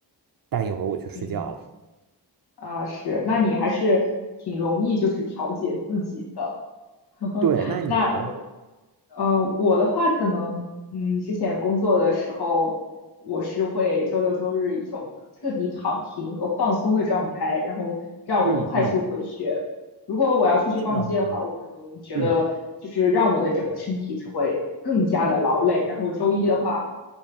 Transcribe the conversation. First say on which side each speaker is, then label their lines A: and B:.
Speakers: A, on the right (about 55°); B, on the left (about 65°).
A: 待一会儿我去睡觉了。
B: 嗯啊、是。那你还是挺容易就是调节自己的，<laughs>
A: 对，那你呢？
B: 那呃，我的话可能，嗯，之前工作的时候，我是会周六周日一种彻底躺平和放松的状态，然后让我能快速回血。
A: 嗯嗯，
B: 如果我要出去逛街的话，
A: 是啊，嗯
B: 我可能觉得就是让我的整个身体只会更加的劳累。
A: 嗯
B: 然后我周一的话，